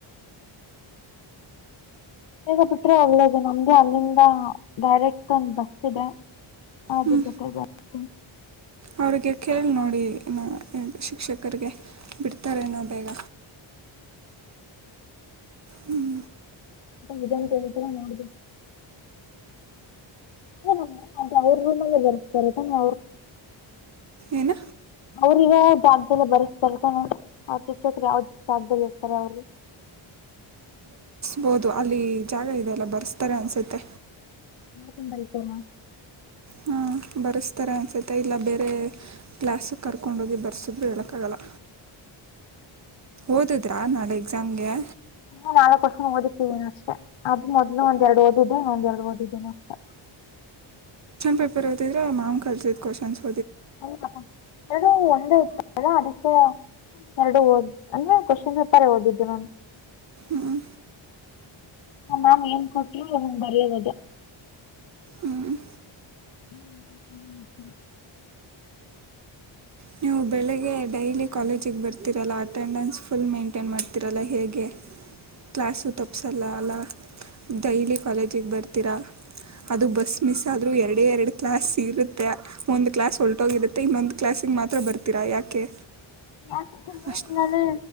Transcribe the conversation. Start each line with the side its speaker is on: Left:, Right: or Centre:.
Left: ಬೇಗ ಬುಟ್ರೆ ಒಳ್ಳೆದೆ ನಮ್ಗು ಅಲ್ಲಿನ್ ಹ ಡೈರೆಕ್ಟ್ ಒಂದ್ ಬಸ್ ಸಿದೆ ಆದ್ರು
Right: ಹ್ಞೂ
Left: ಜೊತೆ ಬರ್ತಿನ್
Right: ಅವರಿಗೆ ಕೇಳಿ ನೋಡಿ ನ ಶಿಕ್ಷಕರಿಗೆ ಬಿಡ್ತಾರೆನೋ ಬೇಗ ಹ್ಮ್
Left: ಇದೊಂತೆರಿ ತರ ನೋಡ್ದೆ ಹ ಹ ಅ ಅವ್ರ ರೂಮಲ್ಲೆ ಬರ್ಸ್ತಾರೆ ತಾನೆ ಅವ್ರ್
Right: ಏನ?
Left: ಅವ್ರಗ ಜವಾಬ್ದಾರಿ ಬರ್ಸ್ತಾರೆ ತಾನೆ ಅವ್ರ ಶಿಕ್ಷಕರು ಯಾವ್ದ ಜಾಗ್ದಲ್ಲಿರ್ತಾರೆ ಅವ್ರು?
Right: ಹೌದು ಅಲ್ಲಿ ಜಾಗ ಇದೆ ಅಲ್ಲ ಬರ್ಸ್ತಾರೆ ಅನ್ಸುತ್ತೆ
Left: ಕುಂಬಲಿ ಕೋನ
Right: ಹಾಂ ಬರೆಸ್ತಾರೆ ಅನ್ಸುತ್ತೆ ಇಲ್ಲ ಬೇರೆ ಕ್ಲಾಸಿಗ್ ಕರ್ಕೊಂಡೋಗಿ ಬರೆಸಿದ್ರು ಹೇಳಕ್ಕಾಗಲ್ಲ ಓದದ್ರಾ ನಾಳೆ ಎಕ್ಸಾ ನಂಗೆ
Left: ಹ ನಾಲ್ಕು ವರ್ಷ ಓದಕ್ಕಿದ್ದೀನ ಅಷ್ಟ ಅದ ಮೊದ್ಲು ಒಂದ್ ಎರಡು ಓದಿದ್ದೆ ಒಂದ್ ಎರಡು ಓದಿದ್ದೀನ ಅಷ್ಟೆ.
Right: ಪೇಪರ್ ಇದ್ದಿದ್ರೆ ಮಾಮ್ ಕಲ್ಸಿದ ಕ್ವೇಷನ್ಸ್
Left: ಹ ಇದು ಒಂದು ಇತ್ತಲ ಅದಕ್ಕೆ ಎರಡು ಓದ್ ಅಂದ್ರೆ ಕ್ವಶನ್ ಪೇಪರ್ ಓದಿದ್ದು ನಾನು
Right: ಹ್ಮ್
Left: ಮ್ಯಾಮ್ ಏನ್ ಕೊಟ್ರುಂಗ್ ಬರೆಯೋದ್ ಅದೇ
Right: ಹ್ಞೂ
Left: ಹ್ಮ್ ಹ್ಮ್ ಹ್ಮ
Right: ನೀವು ಬೆಳಗ್ಗೆ ಡೈಲಿ ಕಾಲೇಜಿಗೆ ಬರ್ತಿರಲ್ಲ ಅಟೆಂಡೆನ್ಸ್ ಫುಲ್ ಮೇಂಟೈನ್ ಮಾಡ್ತೀರಲ್ಲ ಹೇಗೆ? ಕ್ಲಾಸು ತಪ್ಸಲ್ಲ ಅಲ ಡೈಲಿ ಕಾಲೇಜಿಗ್ ಬರ್ ತೀರ ಅದು ಬಸ್ ಮಿಸ್ ಆದ್ರೂ ಎರಡೇ ಎರಡು ಕ್ಲಾಸ್ ಇರುತ್ತೆ ಒಂದ್ ಕ್ಲಾಸ್ ಹೊಲ್ಟೋಗಿರುತ್ತೆ ಇನ್ನೊಂದ್ ಕ್ಲಾಸಿಗ್ ಮಾತ್ ತ್ರ ಬರ್ತೀರಾ ಯಾಕೆ?
Left: ಯಾಕಂದ್ರೆ
Right: ಅಷ್ಟು
Left: ನಾನು